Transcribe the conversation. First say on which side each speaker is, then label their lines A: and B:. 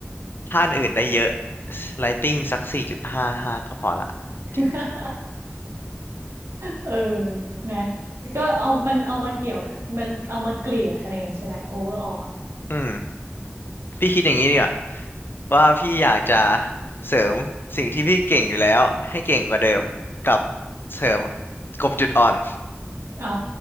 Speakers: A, on the left; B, on the right.
A: ถ้าอันอื่นได้เยอะ i g h t i n g สักสี่จุดห้าห้าก็พอละ
B: <laughs>
A: จริง
B: เออนะ ก็เอามันเอามาเกี่ยวมันเอามาเกลี่ยคะแนนใช่ไหมโอเวอร์ออล
A: <laughs> อืมพี่คิดอย่างนี้ดีกว่าว่าพี่อยากจะเสริมสิ่งที่พี่เก่งอยู่แล้วให้เก่งกว่าเดิมกับเสริมกลบจุดอ่อน
B: อ๋อ